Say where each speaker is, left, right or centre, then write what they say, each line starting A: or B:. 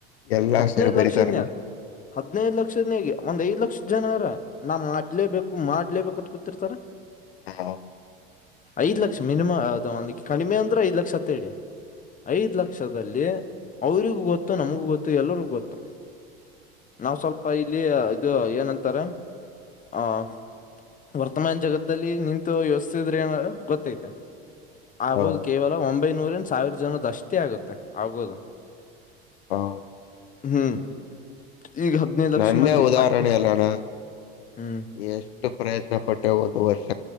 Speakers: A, on the left; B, on the left.
A: ಎಲ್ಲಾ
B: ಹದ್ನೈದು
A: ಸೇರಿ ಬರಿತಾರಣ
B: ಲಕ್ಷನ್ಯ ಹದ್ನೈದು ಲಕ್ಷ ಲಕ್ಷದನಗೆ ಒಂದ್ ಐದ್ ಲಕ್ಷ ಜನರ ನಾವ್ ಮಾಡ್ಲೇಬೇಕು ಮಾಡ್ಲೇಬೇಕತ್ ಕೂತಿರ್ತಾರ
A: ಹ
B: ಐದ್ ಲಕ್ಷ ಮಿನಿಮ ಅದು ಒಂದ ಕಡಿಮೆ ಅಂದ್ರೆ ಐದ್ ಲಕ್ಷ ಅತ್ತ ಇಡಿ ಐದ್ ಲಕ್ಷದಲ್ಲಿ ಅವ್ರಿಗೂ ಗೊತ್ತು ನಮಗೂ ಗೊತ್ತು ಎಲ್ಲರಿಗೂ ಗೊತ್ತು ನಾವ್ ಸ್ವಲ್ಪ ಇಲ್ಲಿ ಇದು ಏನಂತಾರೆ ಆಹ ವರ್ತಮಾನ ಜಗದದಲ್ಲಿ ನಿಂತ ಯೋಸ್ತಿದ್ರಿ ಅ ಗೊತ್ತೈತೆ ಆಗೋ
A: ಹ
B: ಕೇವಲ ಒಂಬ ಒಂಬೈನೂರನ್ ಸಾವಿರ ಜನದ ಅಷ್ಟೇ ಆಗುತ್ತೆ ಆಗೋದು
A: ಹಾ
B: ಹ್ಮ್ ಈಗ ಹದ್ನೈದು ಲಕ್ಷ
A: ನನ್ನೇ
B: ಮಂದಿ
A: ಉದಾಹರಣೆ
B: ಹತ್
A: ಅಲ್ಲಣ್ಣ
B: ಹ್ಮ್
A: ಎಷ್ಟು ಪ್ರಯತ್ನ ಪಟ್ಟೆ ಒಂದು ವರ್ಷ